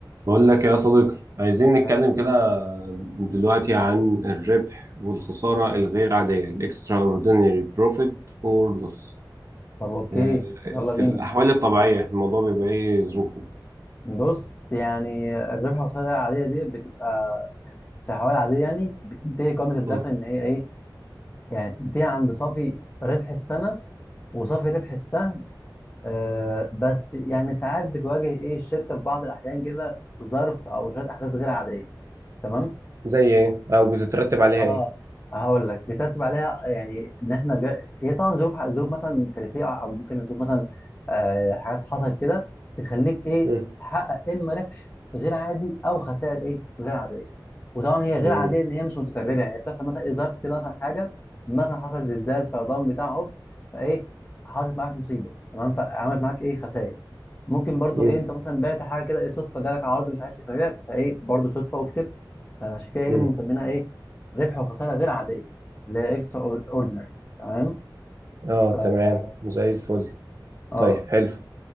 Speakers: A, on the right; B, on the left.
A: بقول لك يا صديقي عايزين نتكلم
B: شغال.
A: كده دلوقتي عن الربح والخسارة الغير عادية ال extraordinary profit or loss
B: طب اوكي
A: آه،
B: يلا
A: في
B: بينا
A: الأحوال الطبيعية الموضوع بيبقى إيه ظروفه
B: بص يعني الربح والخسارة العادية دي بتبقى في حوالي عادية يعني بتنتهي قائمة الدخل
A: مم.
B: ان هي ايه يعني بتنتهي عند صافي ربح السنة وصافي ربح السهم آه بس يعني ساعات بتواجه ايه الشركة في بعض الأحيان كده ظرف أو شوية أحداث غير عادية تمام
A: زي ايه او بتترتب عليها
B: اه
A: ايه
B: هقول لك بيترتب عليها يعني ان احنا بي... هي طبعا ظروف ظروف مثلا كارثيه او أو ممكن ظروف مثلا آه حاجات حصلت كده بتخليك ايه
A: مم.
B: تحقق اما ربح غير عادي او خسائر ايه غير عاديه وطبعا هي غير
A: مم.
B: عاديه ان هي مش متكرره يعني بتحصل مثلا ايه ظرف كده مثلا حاجه مثلا حصل زلزال فيضان بتاع عب فايه حصلت معاك مصيبه تمام فعملت معاك ايه خسائر ممكن برضو
A: مم.
B: ايه انت مثلا بعت حاجه كده ايه صدفه جالك عرض مش عارف ايه فبعت فايه برضو صدفه وكسبت فعشان كده ايه
A: مم.
B: مسمينها ايه ربح وخساره غير عاديه اللي هي اكسترا اوردينري تمام
A: اه
B: ف
A: تمام
B: اه
A: زي الفل
B: اه
A: طيب حلو